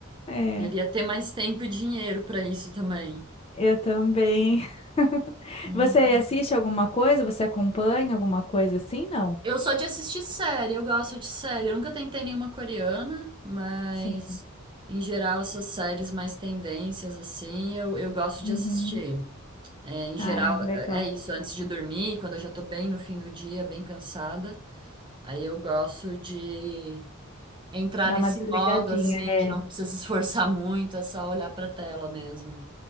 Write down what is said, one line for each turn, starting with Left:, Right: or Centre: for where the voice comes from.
Left: É,
Right: Queria ter mais tempo e dinheiro para isso também.
Left: eu também. <laughs>
Right: Uhum.
Left: Você assiste alguma coisa? Você acompanha alguma coisa assim? Não?
Right: Eu sou de assistir série, eu gosto de série. Eu nunca tentei nenhuma coreana, mas
Left: Sim.
Right: em geral essas séries mais tendências, assim, eu, eu gosto de
Left: Uhum.
Right: assistir. É, em
Left: Ai,
Right: geral,
Left: legal.
Right: é é isso, antes de dormir, quando eu já tô bem no fim do dia, bem cansada, aí eu gosto de entrar
Left: Dá
Right: nesse
Left: uma desligadinha,
Right: modo assim,
Left: é.
Right: que não precisa <laughs> se esforçar muito, é só olhar pra tela mesmo.